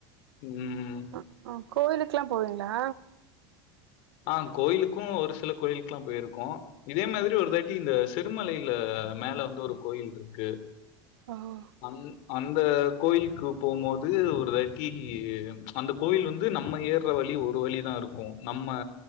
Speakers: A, on the left; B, on the right.
A: ம்.
B: அ ஆ கோயிலுக்லா போவிங்ளா?
A: ஆ கோயிலுக்கு ஒரு சில கோயிலுக்லா போயிருக்கோ இதே மாதிரி ஒரு தாட்டி இந்த சி திருமலையில மேல வந்து ஒரு கோயில்ருக்கு.
B: ஓஹோ
A: அந் அந்த கோயில்க்கு போம் போது ஒரு தாட்டி அந்த கோவில் வந்து நம்ம ஏர்ற வழி ஒரு வழிதாருக்கு நம்ம